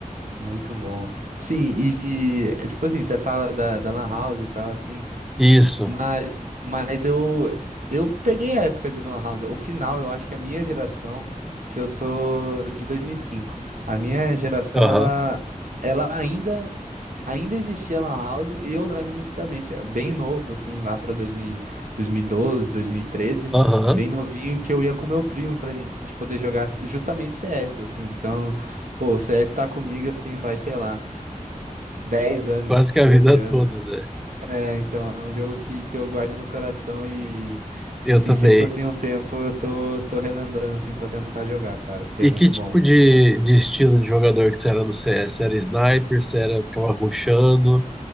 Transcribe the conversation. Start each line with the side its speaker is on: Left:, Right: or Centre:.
Right: muito bom. Sim, e, e, é tipo assim, você fala da, da Lan House e tal, assim,
Centre: Isso.
Right: Mas, mas eu, eu peguei a época de Lan House. O final, eu acho que é a minha geração, que eu sou de 2005, a minha geração,
Centre: Aham.
Right: ela, ela ainda, ainda existia Lan House e eu lembro nitidamente, é bem novo, assim, lá para 2000, 2012, 2013,
Centre: Aham.
Right: bem novinho, que eu ia com meu primo pra gente poder jogar justamente CS, assim. Então, pô, o CS tá comigo, assim, faz, sei lá, 10 anos,
Centre: Quase que a
Right: 12
Centre: vida
Right: anos.
Centre: toda, né?
Right: É, então, é um jogo que, que eu guardo no coração e,
Centre: Eu
Right: e, assim,
Centre: também.
Right: sempre que eu tenho tempo, eu tô, tô relembrando, assim, pra tentar jogar, cara, porque
Centre: E
Right: é muito
Centre: que tipo
Right: bom.
Centre: de, de estilo de jogador que você era no CS? Era sniper? Você era, ficava rushando?